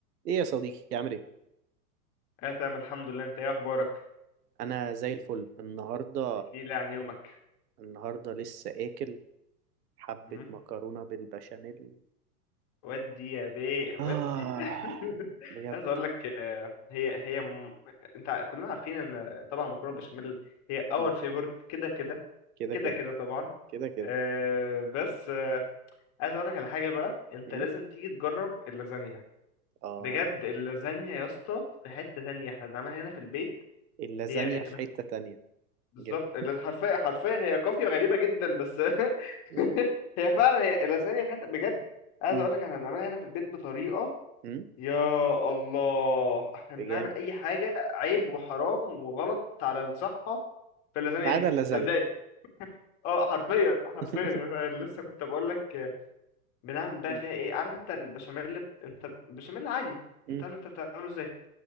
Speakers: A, on the right (about 80°); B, on the left (about 35°).
A: ايه يا صديقي عامل ايه
B: اه تمام الحمد لله انت ايه اخبارك
A: انا زي الفل النهارده
B: احكي لي عن يومك
A: النهارده لسه اكل حبه
B: مم؟
A: مكرونه بالبشاميل
B: ودي يا بيه ودي
A: اه
B: <laughs>
A: بجد
B: عايز اقول لك آه، هي هي م... انت ع- كلنا عارفين ان طبعا مكرونه بشاميل هي اور
A: م.
B: فيفورت كده كده
A: كده
B: كده
A: كده
B: كده طبعا
A: كده كده
B: آه، بس آه، عايز اقول لك على حاجه بقى انت
A: م.
B: لازم تيجي تجرب اللازانيا
A: اه
B: بجد اللازانيا يا اسطى في حته تانية احنا بنعملها هنا في البيت
A: اللازانيا
B: هي انت
A: في حته تانية
B: بالظبط
A: جامد
B: ال- حرفيا حرفيا هي قافية غريبة جدا بس
A: م.
B: <laughs> هي فعلا هي اللازانيا في حتة بجد عايز
A: م.
B: اقول لك احنا بنعملها هنا في البيت بطريقة
A: م.
B: يا الله احنا بنعمل
A: جامد
B: اي حاجة عيب وحرام وغلط على الصحة في اللازانيا
A: ما
B: دي
A: عدا اللازانيا
B: صدقني اه حرفيا حرفيا
A: <laughs>
B: يا فعلا. لسه كنت بقول لك بنعمل بقى
A: م.
B: فيها ايه عارف انت البشاميل انت البشاميل عادي
A: م.
B: انت عارف انت بتعمله ازاي